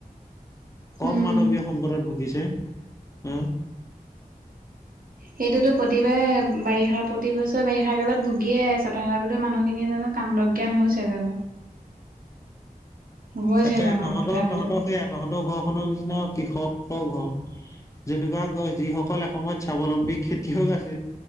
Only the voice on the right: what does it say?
উম
সেইটোতো প্ৰতিবাৰে বাৰিষা প্ৰতি বছৰে বাৰিষা কালত ভুগিয়ে আছে তথাবিতো মানুহখিনি জানো কাণ্ড জ্ঞান হৈছে জানো হৈছে
জানো
তথাপিতো